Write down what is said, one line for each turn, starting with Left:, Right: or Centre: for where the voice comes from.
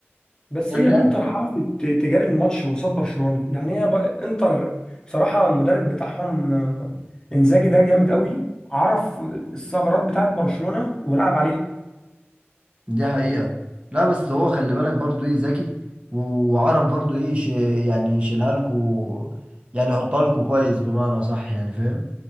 Left: بس
Right: كان
Left: هي انتر عرفت ت- تجاري الماتش قصاد برشلونه يعني هي ب... انتر بصراحه المدرب بتاعهم آه، انزاجي ده جامد قوي عرف الثغرات بتاعت برشلونه ولعب عليها
Right: دي حقيقة لا بس هو خلي بالك برضو ايه ذكي وعرف برضو ايه ش... يعني يشيلها لكو يعني يحطها لكو كويس بمعنى صح يعني فاهم